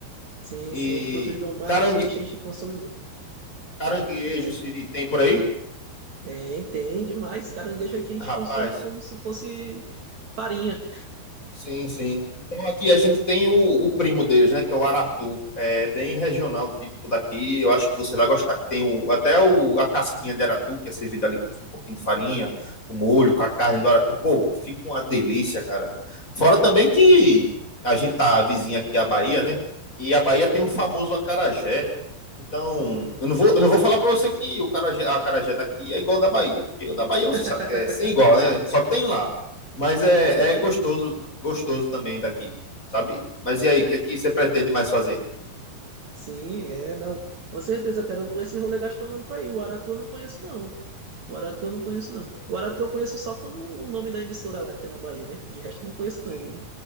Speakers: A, on the right; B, on the left.
A: sim,
B: E
A: sim. Frutos do mar,
B: carangue,
A: peixe a gente consome muito.
B: caranguejo,
A: É,
B: siri, tem por aí?
A: tem, tem demais. Caranguejo aqui a gente
B: Rapaz,
A: consome como se fosse farinha.
B: Sim, sim. Então aqui a gente tem o, o primo deles, né? Que é o Aratu. É bem regional, típico daqui. Eu acho que você vai gostar. Que tem o, até o, a casquinha de Aratu, que é servida ali com um pouquinho de farinha, o molho, com a carne do Aratu. Pô, fica uma delícia, cara. Fora também que a gente tá vizinha aqui à Bahia, né? E a Bahia
A: Aham,
B: tem o famoso acarajé. Então,
A: sim.
B: eu não vou, eu não vou falar pra você que o carajé, a acarajé daqui é igual ao da Bahia. Porque o da Bahia
A: <laughs>
B: você sabe que é sem igual, né? Só tem lá. Mas é,
A: É, ouro.
B: é gostoso gostoso também daqui, sabe? Mas e aí, o que é que você pretende mais fazer?
A: Sim, é, não. Com certeza, eu quero esse rolê gastronômico aí. O Aratu eu não conheço, não. O Aratu eu não conheço, não. O Aratu eu conheço só como o nome da emissora lá que tem na Bahia, né? De resto eu não conheço,
B: Sim,
A: não.